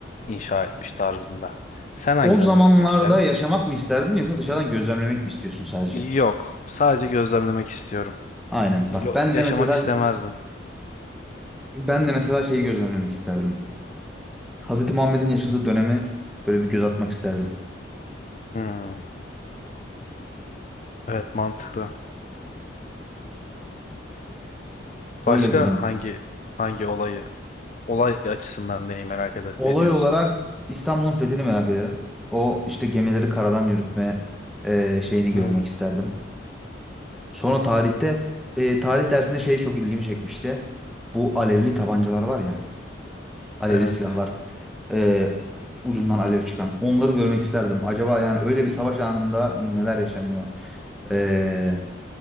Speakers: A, on the left (about 40°); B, in the centre.
A: inşa etmiş tarzında. Sen hangi
B: O zamanlarda
A: döneme gitmek isterdin?
B: yaşamak mı isterdin yoksa dışarıdan gözlemlemek mi istiyorsun sadece?
A: Yok, sadece gözlemlemek istiyorum.
B: Aynen.
A: Yo-
B: Bak ben
A: yaşamak
B: de mesela
A: istemezdim.
B: ben de mesela şeyi gözlemlemek isterdim. Hazreti Muhammed'in yaşadığı dönemi böyle bir göz atmak isterdim.
A: Hmm, evet mantıklı.
B: Öyle
A: Başka
B: güzel.
A: hangi hangi olayı olay açısından neyi merak ede-
B: Olay
A: ediyorsun?
B: olarak İstanbul'un fethini merak ederim. O işte gemileri karadan yürütme eee, şeyini görmek
A: Hmm,
B: isterdim. Sonra tarihte e, tarih dersinde şey çok ilgimi çekmişti. Bu alevli tabancalar var ya, alevli
A: evet.
B: silahlar, e, ucundan alev çıkan. Onları görmek isterdim. Acaba yani öyle bir savaş anında neler yaşanıyor? E,